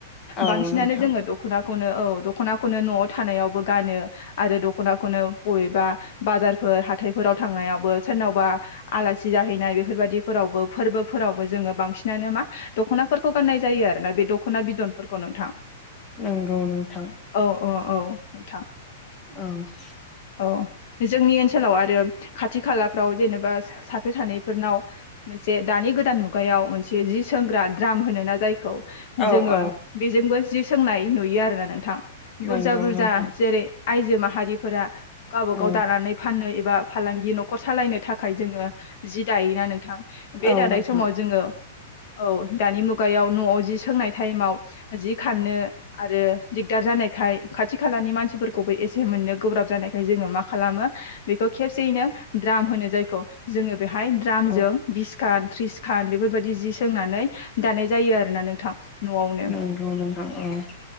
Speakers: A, on the left; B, on the left.
A: औ
B: बांसिनानो
A: नोंथां
B: जोङो दख'ना खौनो औ दखनानो न'आव थानायावबो गानो आरो दखनाखौनो बबेबा बाजार बो हाथायफोराव थांनायावबो सोरनावबा आलासि जाहैनाय बेफोरबायाददिफोरावबो फोरबोफोरावबो जोङो बांसिनानो मा दख'नाफोरखौ गाननाय जायो आरो ना बे दख'ना बिदनफोरखौ नोंथां
A: नंगौ नोंथां
B: औ औ औ नोंथां
A: औ
B: औ जोंनि ओनसोलाव आरो खाथि खालाफ्राव जेनेबा सासे सानैफोरनाव मोनसे दानि गोदान मुगायाव मोनसे जि सोंग्रा द्राम होनो ना जायखौ
A: औ
B: जोङो
A: औ
B: बेजोंबो जि सोंनाय नुयो आरोना नोंथां बुरजा
A: नंगौ
B: बुरजा
A: नोंथां
B: जेरै आइजो माहारिफोरा गावबा
A: औ
B: गाव दानानै फानोनो ए बा फालांगि न'खर सालायनो थाखाय जोङो जि दायोना नों थां बे
A: औ
B: दादानाय
A: नोंथां
B: समाव जोङो औ दानि मुगायाव न'आव जि सोंनाय टाइमाव जि खारनो आरो दिगदा र जानायखाय खाथि खालानि मानसिफोरखौबो एसे मोननो गोब्राब जानायखाय जोङो मा खालामो बेखौ खेबसेयैनो द्राम होनो जायखौ जोङो बेहाय द्रामजों
A: औ
B: बिसखान थ्रिसखान बेफोरबायदि जि सोंनानै दानाय जायो आरोना नोंथां। न'आवनो
A: नंगौ नोंथां औ